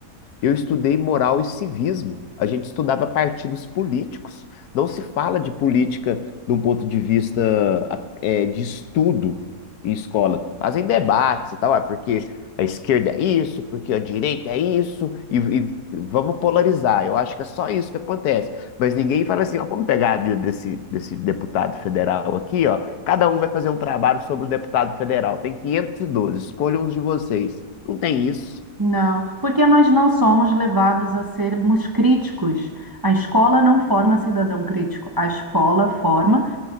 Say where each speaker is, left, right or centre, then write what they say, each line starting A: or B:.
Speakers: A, on the left; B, on the right.
A: Eu estudei moral e civismo. A gente estudava partidos políticos. Não se fala de política de um ponto de vista a- é, de estudo em escola. Fazem debates e tal, ah, porque a esquerda é isso, porque a direita é isso, e, e vamos polarizar. Eu acho que é só isso que acontece. Mas ninguém fala assim, ó, vamos pegar a vida desse, desse deputado federal aqui, ó. Cada um vai fazer um trabalho sobre o deputado federal. Tem 512. escolham uns de vocês. Não tem isso.
B: Não, porque nós não somos levados a sermos críticos. A escola não forma cidadão crítico, a escola forma